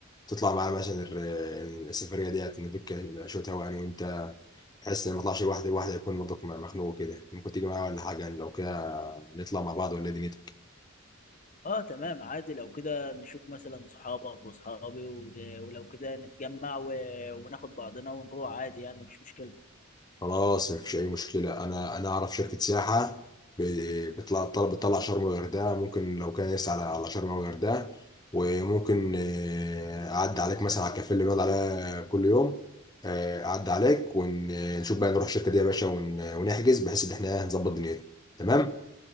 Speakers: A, on the left (about 20°); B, on the left (about 35°).
A: تطلع معانا مثلا ال- السفريه ديت نفك شويه هوا انا وانت بحيث ان ما اطلعش لوحدي لوحدي يكون برضك مخنوق كده ممكن تيجي معايا ولا حاجه يعني لو كده نطلع مع بعض ولا إيه دنيتك
B: اه تمام عادي لو كده نشوف مثلا صحابك وصحابي ول- ولو كده نتجمع و... وناخد بعضنا ونروح عادي يعني مفيش مشكلة
A: خلاص مفيش اي مشكله انا انا اعرف شركه سياحه ب- بتطلع طلب بتطلع شرم والغردقه ممكن لو كان نفسي على على شرم والغردقه وممكن آه، اعدي عليك مثلا على الكافيه اللي بنقعد عليها كل يوم آه، اعدي عليك ونشوف بقى نروح الشركه دي يا باشا ون- ونحجز بحيث ان احنا نظبط دنيتنا تمام